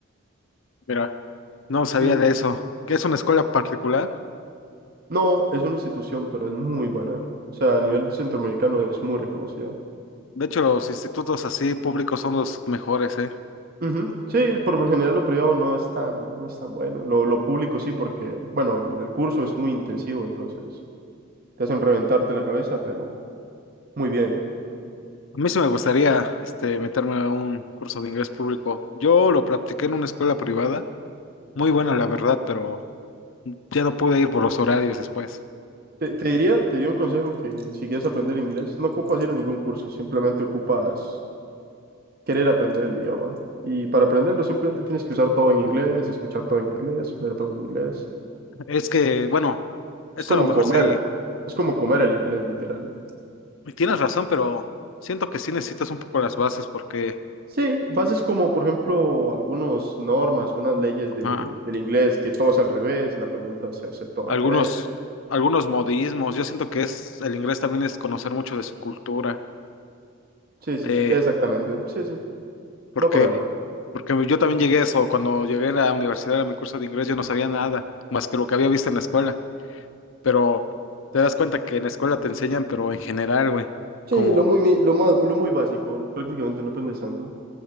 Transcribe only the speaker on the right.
Ujú.
No, es una institución, pero es muy buena. O sea, a nivel centroamericano es muy reconocida.
Ujú. Sí, por lo general lo privado no es tan, no es tan bueno. Lo, lo público sí, porque, bueno, el curso es muy intensivo, entonces te hacen reventarte la cabeza, pero muy bien, ¿eh?
Te, te diría, te di un consejo que si quieres aprender inglés, no ocupas ir a ningún curso, simplemente ocupas querer aprender el idioma. Y para aprenderlo simplemente tienes que usar todo en inglés, escuchar todo en inglés, ver todo en inglés.
Es como
comer,
es como comer el inglés, literal.
Sí, bases como, por ejemplo, algunas normas, unas leyes de,
del inglés, que todo es al revés, la pregunta se hace todo
al revés.
Sí, sí,
sí, exactamente. Sí, sí,
va por ahí.
Sí,
lo muy, mi- lo más, lo muy básico, ¿no? prácticamente no aprendes tanto.